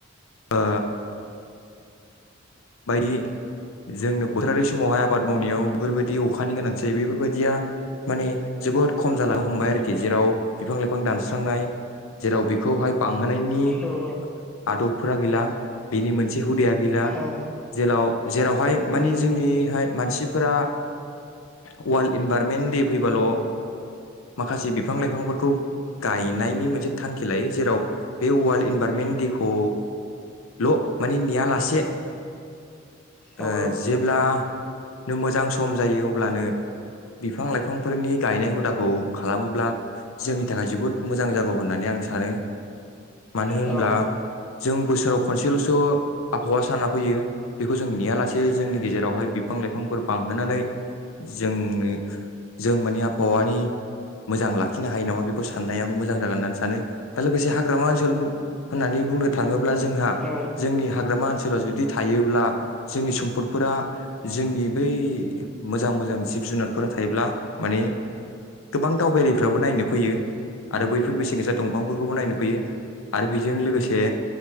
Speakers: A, on the left (about 80°); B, in the centre.
A: ओ बायदि जोंनो बोथोरारि समावहाय आबाद मावनायाव बेफोरबायदि अखानि गोनांथि जायो बेफोरबायदिया माने जोबोद खम जालांनो हमबाय आरोखि जेराव बिफां लाइफां दानस्रांनाय जेराव बेखौहाय बांहोनायनि
B: औ
A: आदबफोरा गैला बेनि मोनसे बे हुदाया गैला
B: औ
A: जेलाव जेरावहाय मानि
B: उम
A: जोंनिहाय मानसिफोरा अवाल्ड इनभारमेन्ट दे फैबाल' माखासे बिफां लाइफांफोरखौ गायनायनि मोनसे थांखि लायो जेराव बे वार्ल्ड इनभारमेन्ट दे खौ ल' मानि नेया लासे
B: औ
A: ओ जेब्ला नो मोजां सम जायो अब्लानो बिफां लाइफांफोरनि गायनाय हुदाखौ खालामोब्ला जोंनि थाखाय जोबोद मोजां जागौ होननानै आं सानो मानो होनब्ला
B: औ
A: जों बोसोराव खनसेल'सो त आबहावा साना फैयो बेखौ जों नेया लासे जोंनि गेजेरावहाय बिफां लाइफांफोर बांहोनानै जोंनो जों मानि आबहावानि मोजां लाखिनो हायो नामा बेखौ साननाया मोजां जागोन होननानै सानो ओ लोगोसे हाग्रामा ओनसोल होननानै बुंनो थाङोब्ला जोंहा
B: औ
A: जोंनि हाग्रामा ओनसोला जुदि थायोब्ला जोंनि सम्फदफोरा जोंनि बै मोजां मोजां जिब जुनारफोरा थायोब्ला माने गोबां दावबायारिफ्राबो नायनो फैयो आरो बैफोर बेसेन गोसा दंफांफोरखौबो नायनो फैयो आरो बेजों लोगोसे